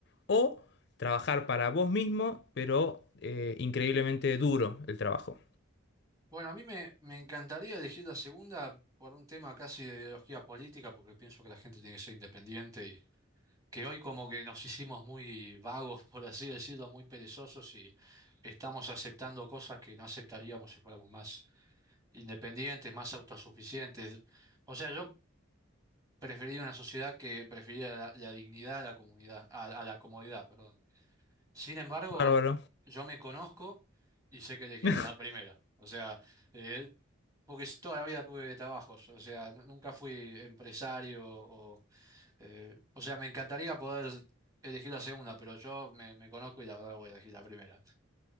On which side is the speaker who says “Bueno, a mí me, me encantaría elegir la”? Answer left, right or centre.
Right